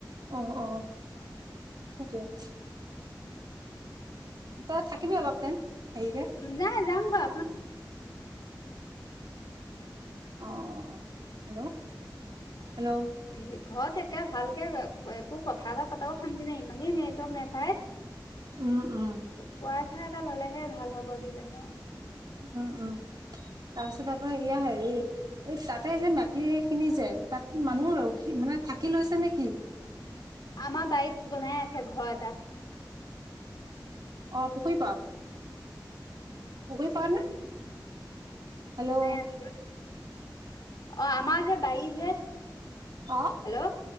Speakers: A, on the right (about 65°); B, on the left (about 65°).
A: অ অ, সেইটোৱে। তই থাকিবি অলপ টাইম, হেৰিতে?
B: নাই যাম গৈ আপোনা-
A: অ অ অ হেল্লো' হেল্লো'
B: ভি ঘৰত একে ভালকে একো কথা এটা পাতাও শান্তি নাই ইমানেই নেটৱৰ্ক নেপায়।
A: উম উম।
B: ৱাই ফাই এটা ললেহে ভাল হব কিজানি আও।
A: উম উম, তাৰ পিছত আকৌ এয়া হেৰি এই তাতে যে মাটি এইখিনি যে তাত মানুহ ৰখি মানে থাকি লৈছে নেকি?
B: আমাৰ বাৰীত বনাই আছে ঘৰ এটা।
A: অ পুখুৰী পাৰত? পুখুৰী পাৰত নে? হেল্লো'
B: বনাই অ আমাৰ যে বাৰী যে
A: অ
B: হেল্লো',